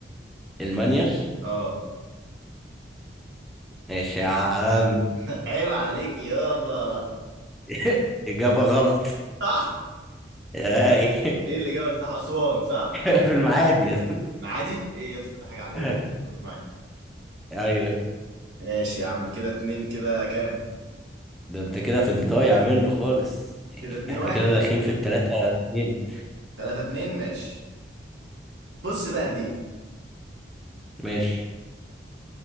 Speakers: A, in the centre; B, on the right.
A: المانيال
B: اه
A: ماشي يا عم
B: <laughs> عيب عليك يابا
A: <laughs> إجابة غلط
B: صح
A: <laughs> أي.
B: ايه الاجابة صح اسوان صح
A: <laughs> في المعادي
B: معادي ايه يا اسطى ده حاجه عاديه
A: <laughs>
B: جدا إن يكون في معادي
A: أيوة
B: ماشي يا عم كده اتنين كده كام
A: ده انت كده في الضايع منه خالص
B: كده اتنين
A: احنا
B: واحد
A: كده داخلين في التلاتة اتنين
B: تلاتة اتنين ماشي بص بقى دي
A: ماشي